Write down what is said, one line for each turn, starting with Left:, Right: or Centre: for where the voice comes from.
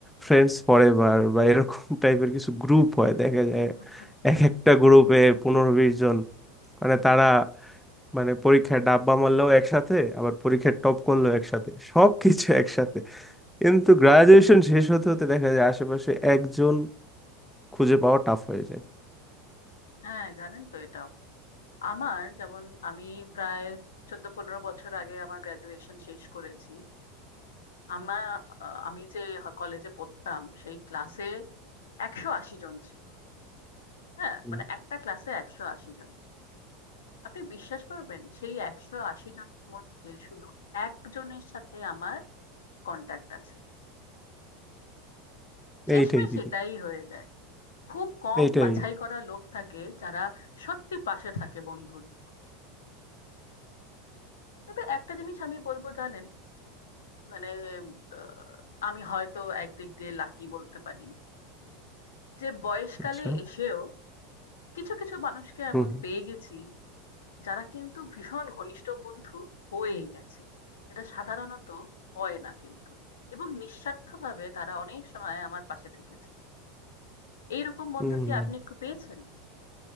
Centre: ফ্রেন্ডস ফরএভার বা এরকম <laughs> টাইপের কিছু গ্রুপ
Left: <laughs>
Centre: হয় দেখা যায় এক একটা গ্রুপে পনেরো বিশ জন মানে তারা মানে পরীক্ষায় ডাব্বা মারলেও একসাথে আবার পরীক্ষায় টপ করলেও একসাথে সব কিছু একসাথে কিন্তু গ্রাজুয়েশন শেষ হতে হতে দেখা যায় আশেপাশে একজন খুঁজে পাওয়া টাফ হয়ে যায়
Left: হ্যাঁ জানেন তো এটা আমার যেমন আমি প্রায় চোদ্দ পনেরো বছর আগে আমার গ্রাজুয়েশন শেষ করেছি আমার আমি যে কলেজে পড়তাম সেই ক্লাসে একশো আশি জন ছিল হ্যাঁ
Centre: হুম,
Left: মানে একটা ক্লাসে একশো আশি জন আপনি বিশ্বাস করবেন সেই একশো আশি জনের মধ্যে শুধু একজনের সাথে আমার কন্ট্যাক্ট আছে শেষমেশ
Centre: এইটাই দিদি
Left: এটাই হয়ে যায় খুব কম
Centre: এইটাই
Left: বাছাই করা লোক থাকে যারা সত্যি পাশে থাকে বন্ধুর মতো তবে একটা জিনিস আমি বলবো জানেন মানে আহ, আমি হয়তো একদিক দিয়ে লাকি বলতে পারি যে বয়সকালে
Centre: আচ্ছা
Left: এসেও কিছু কিছু মানুষকে এমন
Centre: হুম হুম
Left: পেয়ে গেছি যারা কিন্তু ভীষণ ঘনিষ্ঠ বন্ধু হয়ে গেছে যেটা সাধারণত হয় না কিন্তু এবং নিঃস্বার্থভাবে তারা অনেক সময় আমার পাশে থেকেছে এইরকম বন্ধু
Centre: হুম,
Left: কি
Centre: হুম।
Left: আপনি পেয়েছেন